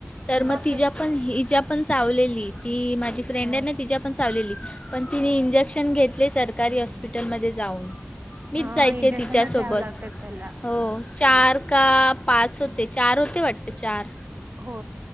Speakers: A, on the left; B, on the right.
A: तर मग
B: बापरे
A: तिच्या पण हि ज्या पण चावलेली ती माझी फ्रेंड
B: ह
A: आहे ना तिच्या पण चावलेली. पण तिने इंजेक्शन घेतले सरकारी हॉस्पिटलमध्ये जाऊन. मीच
B: हा
A: जायचे
B: इंजेक्शनच
A: तिच्यासोबत
B: घ्यावं लागतात त्याला
A: हो. चार का पाच होते चार होते वाटते चार.
B: हो